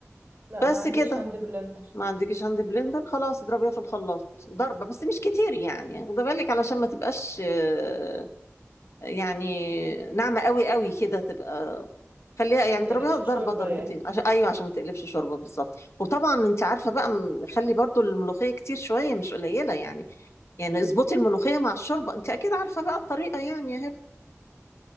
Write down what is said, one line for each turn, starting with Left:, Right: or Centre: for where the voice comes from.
Right: لا
Left: بس
Right: ما عنديش
Left: كده
Right: هاند بلندر
Left: ما عندكش هاند بلندر خلاص اضربيها في الخلاط ضربة بس مش كتير يعني خد بالك علشان ما تبقاش آه، يعني ناعمة قوي قوي كده تبقى خليها
Right: فما
Left: يعني
Right: تقلبش
Left: اضربيها ضربة
Right: شوربة
Left: ضربتين
Right: يعني
Left: عشان ايوه عشان ما تقلبش شوربة بالظبط وطبعا انت عارفة بقى م- خلي برضو الملوخية كتير شوية مش قليلة يعني يعني اظبطي الملوخية مع الشوربة انت اكيد عارفة بقى الطريقة يعني يا هبة